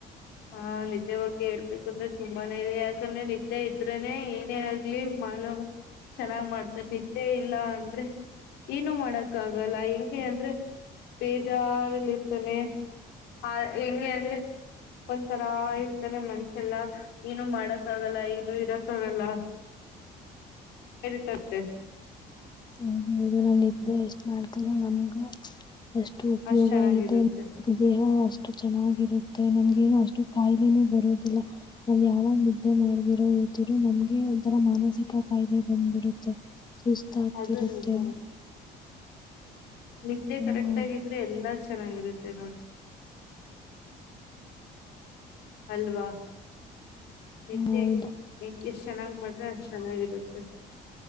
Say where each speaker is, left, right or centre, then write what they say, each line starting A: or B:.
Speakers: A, on the left; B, on the left.
A: ಹಾ ನಿದ್ದೆ ಬಗ್ ಹೇಳ್ಬೇಕಂದ್ರೆ ತುಂಬಾನೇ ಇದೆ ಯಾಕಂದ್ರೆ ನಿದ್ದೆ ಇದ್ರನೆ ಏನೇ ಆಗ್ಲಿ ಮಾನ ಚೆನ್ನಾಗ್ ಮಾಡ್ತಾನ ನಿದ್ದೆ ಇಲ್ಲ ಅಂದ್ರೆ ಏನು ಮಾಡಕ್ ಆಗಲ್ಲ ಹೆಂಗಗೆ ಅಂದ್ರೆ ಬೇಜಾರ್ಲಿ ಇರ್ತಾನೆ ಆ ಹೆಂಗಗೆ ಅಂದ್ರೆ ಒಂತರಾ ಇರ್ತೇನೆ ಮನ್ಷೆಲ್ಲಾ ಏನು ಮಾಡಕ್ ಆಗಲ್ಲ ಏನು ಇರಕ್ ಆಗಲ್ಲ ಸರಿ ಸತ್ತ
B: ಹೌದ ಹೌದು ನಾವ್ ಇದಿದ್ದೆ ಎಷ್ಟ್ ಮಾಡ್ತರೋ ನಮ್ಗ ಅಷ್ಟು ಉಪಯೋಗ
A: ಅಷ್ಟ್ ಚೆನ್ನಾಗಿರುತ್ತೆ
B: ಇದೆ ದೇಹ ಅಷ್ಟು ಚೆನ್ನಾಗಿರುತ್ತೆ ನಮ್ಗ ನ ಅಷ್ಟು ಕಾಯಿಲೆನೂ ಬರೋದಿಲ್ಲ ನಾವ್ ಯಾವಾಗ ನಿದ್ದೆ ಮಾಡದಿರೋ ಇರ್ತಿರೋ ನಮ್ಗೆ ಒಂಥರ ಮಾನಸಿಕ ಕಾಯಿಲೆ ಬಂದ್ಬಿಡುತ್ತೆ ಆಗ್ತಿರುತ್ತೆ
A: ಅದೇ ಅದ ನಿದ್ದೆ
B: ಎಲ್ಲ
A: ಕರೆಕ್ಟ್
B: ಹೌದು
A: ಆಗಿದ್ರೆ ಎಲ್ಲಾ ಚೆನ್ನಾಗಿರುತ್ತೆ ನೋಡಿ ಅಲ್ವಾ ನಿತ್ಯ
B: ಹೌದು
A: ಹೆಷ್ಟ ಚೆನ್ನಾಗ್ ಮಾಡ್ರೆ ಅ ಚೆನ್ನಾಗಿರುತ್ತೆ